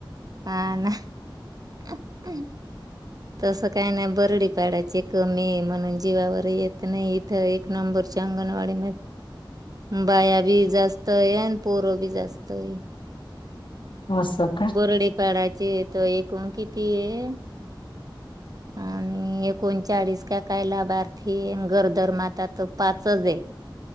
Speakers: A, on the right; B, on the left.
A: हा ना <unintelligible> तसं काही नाही बरडी पाड्याची कमी म्हणून जीवावर येत नाही इथं एक नंबरच्या अंगणवाडी म बाया बी जास्ताय आणि पोरो बी जास्ताय
B: ना असं का
A: बोरडीपाडाची <unintelligible> तर एकूण किती येत आणि एकोणचाळीस का काय लाभार्थी गरदरमाता तर पाचचायत